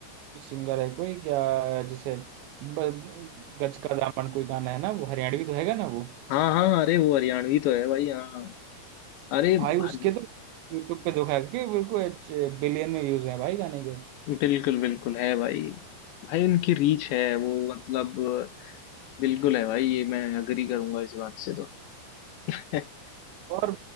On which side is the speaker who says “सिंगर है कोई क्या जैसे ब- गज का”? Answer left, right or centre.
Right